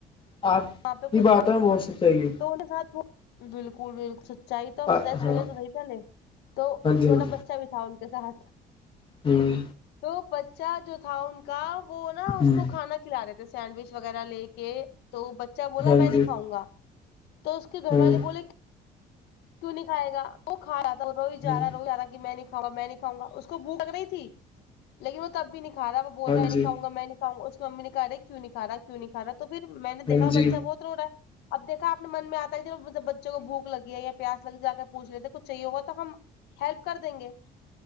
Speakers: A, on the left; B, on the left.
A: آپ
B: وہاں پہ
A: کی
B: کچھ
A: بات ہے مو ست چاہیے
B: <inaudible> بالکل بالکل سچائی تو اپ
A: ہاں
B: س
A: ہاں
B: سونے تو نہیں پہلے تو
A: جی
B: چھوٹا
A: ہاں
B: بچہ بھی تھا جسا ہھ
A: ہوں
B: تو بچہ جو تھا ان کا وہ نا اس
A: ہوں
B: کو کھانا کھلا رہے تھے سینڈوچ وغیرہ لے کے تو بچہ بولا
A: ہاں
B: میں نہیں
A: جی
B: کاؤں گا تو اس کے گھر
A: ہوں
B: والے بول کیوں نہیں کائے گ وہ کا جا رو جا
A: ہ
B: رہا رو ج رہا کہ میں نہیں کا میں نہیں کاؤں گا اس کو بوک لگ رہی تھی لیکن وہ تب بھی نہیں کا رہا وہ بول
A: ہاں
B: رہا ہے نہیں
A: جی
B: کاؤ گا میں نے اس کی ممی نے کہاے کہ کیوں نہیں کا کیوں نہیں کھا تو پھر میں نے
A: ہاں
B: دیکا
A: جی
B: بچہ بہت ا اب دیکھا اپنے من میں آتا ہے بچوں کو بوک لگی ہے پیاس لگ جا کے پوچھ لیتے کچھ چاہیے ہوگا تو ہم ہیلپ کر دیں گے